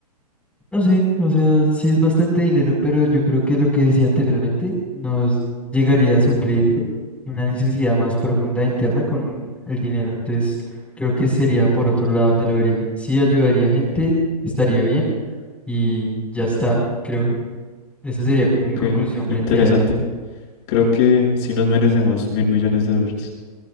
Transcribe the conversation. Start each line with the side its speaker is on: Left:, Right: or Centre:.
Centre: no sé, o sea, sí es bastante dinero, pero yo creo que lo que decía anteriormente nos llegaría a suplir una necesidad más profunda interna con el dinero. Entonces creo que sería por otro lado donde lo vería. Sí ayudaría a gente, estaría bien y ya está, creo. Esa sería como
Left: Ok,
Centre: mi conclusión
Left: interesante.
Centre: frente a eso.
Left: Creo que sí nos merecemos mil millones de dólares.